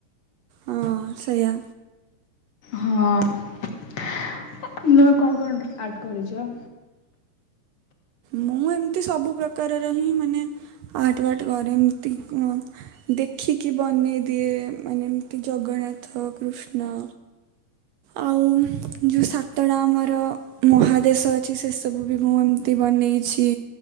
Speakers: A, on the right; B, on the left.
A: ହଁ ସେଇଆ।
B: ହଁ <unintelligible> କଣ କଣ ଗୋଟେ ଆର୍ଟ କରିଚ?
A: ମୁଁ ଏମିତି ସବୁ ପ୍ରକାରର ହିଁ ମାନେ ଆଟ ୱାର୍ଟ କରେ ଏମତି କଁ ଦେଖିକି ବନେଇ ଦିଏ ମାନେ ଏମିତି ଜଗନ୍ନାଥ କୃଷ୍ଣ। ଆଉ ଯଉ ସାତଟା ଆମର ମହାଦେଶ ଅଛି ସେସବୁ ବି ମୁଁ ଏମିତି ବନେଇଛି